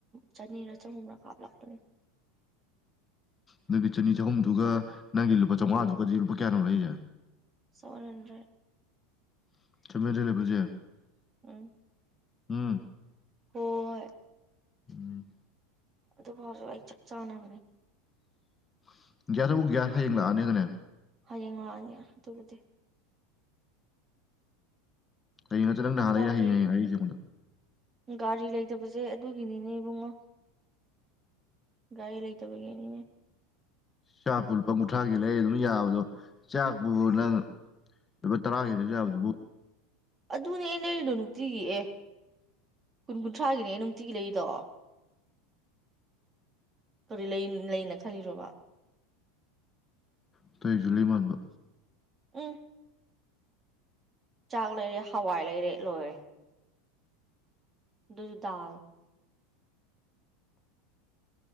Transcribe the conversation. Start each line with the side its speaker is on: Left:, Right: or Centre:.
Right: ꯆꯅꯤꯔ ꯆꯍꯨꯝꯔꯥ ꯀꯥꯞꯂꯛꯄꯅꯦ
Left: ꯅꯪꯒꯤ ꯆꯅꯤ ꯆꯍꯨꯝꯗꯨꯒ ꯅꯪꯒꯤ ꯂꯨꯄꯥ ꯆꯥꯝꯃꯉꯥꯗꯨꯒꯗꯤ ꯂꯨꯄꯥ ꯀꯌꯥꯅꯣ ꯂꯩꯔꯤꯁꯦ
Right: ꯁꯕꯜ ꯍꯟ꯭ꯗꯔꯦꯠ
Left: <unintelligible>
Right: ꯎꯝ
Left: ꯎꯝ
Right: ꯍꯣꯏ
Left: ꯎꯝ
Right: ꯑꯗꯨ ꯐꯥꯎꯁꯨ ꯑꯩ ꯆꯞ ꯆꯥꯅꯕꯅꯦ
Left: <unintelligible> ꯍꯌꯦꯡ ꯂꯥꯛꯑꯅꯤ ꯍꯥꯏꯗꯥꯏꯅꯦ
Right: ꯍꯌꯦꯡ ꯂꯥꯛꯑꯅꯤ ꯑꯗꯨꯕꯨꯗꯤ
Left: ꯍꯌꯦꯡ ꯅꯠꯇꯔꯥ ꯅꯪ ꯅꯍꯥꯟꯗꯩ
Right: ꯒꯥꯔꯤ
Left: ꯍꯌꯦꯡ ꯍꯌꯦꯡ ꯔꯛꯏꯦ ꯑꯩꯉꯣꯟꯗ
Right: ꯒꯥꯔꯤ ꯂꯩꯇꯕꯁꯦ ꯑꯗꯨꯒꯤꯅꯤꯅꯦ ꯏꯕꯨꯡꯉꯣ ꯒꯥꯔꯤ ꯂꯩꯇꯕꯒꯤꯅꯤꯅꯦ
Left: ꯆꯥꯛꯄꯨ ꯂꯨꯄꯥ ꯀꯨꯟꯊ꯭ꯔꯥꯒꯤ ꯂꯩ ꯑꯗꯨꯝ ꯌꯥꯕꯗꯣ ꯆꯥꯛꯄꯨ ꯅꯪ ꯂꯨꯄꯥ ꯇꯔꯥꯒꯤ ꯂꯩꯁꯨ ꯌꯥꯕꯗꯨꯕꯨ
Right: ꯑꯗꯨꯅꯦ ꯑꯩꯅ ꯂꯩꯔꯤꯗꯣ ꯅꯨꯡꯇꯤꯒꯤ ꯑꯦ ꯀꯨꯟ ꯀꯨꯟꯊ꯭ꯔꯥꯒꯤꯅꯦ ꯑꯩ ꯅꯨꯡꯇꯤꯒꯤ ꯂꯩꯔꯤꯗꯣ ꯀꯔꯤ ꯂꯩꯅ ꯈꯜꯂꯤꯔꯣꯕ
Left: <unintelligible> ꯃꯥꯟꯕ
Right: ꯎꯝ ꯆꯥꯛ ꯂꯩꯔꯦ ꯍꯋꯥꯏ ꯂꯩꯔꯦ ꯂꯣꯏꯔꯦ ꯗꯨꯁꯨ ꯗꯥꯜ